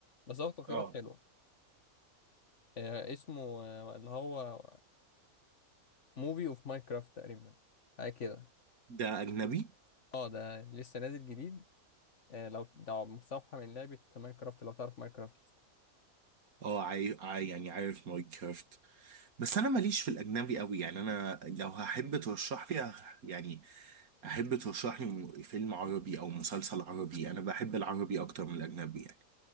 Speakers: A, on the left; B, on the right.
A: بس هو تقييمات
B: اه
A: حلوه آه اسمه آه اللي هو موفي اوف ماينكرافت تقريبا حاجه كده
B: ده اجنبي
A: اه ده لسه نازل جديد آه لو ده مستوحى من لعبه ماينكرافت لو تعرف ماينكرافت
B: اه عاي... عاي... يعني عارف ماينكرافت بس انا ماليش في الاجنبي قوي يعني انا لو هحب ترشح لي أح- يعني احب ترشح لي م- فيلم عربي او مسلسل عربي انا بحب العربي اكتر من الاجنبي يعني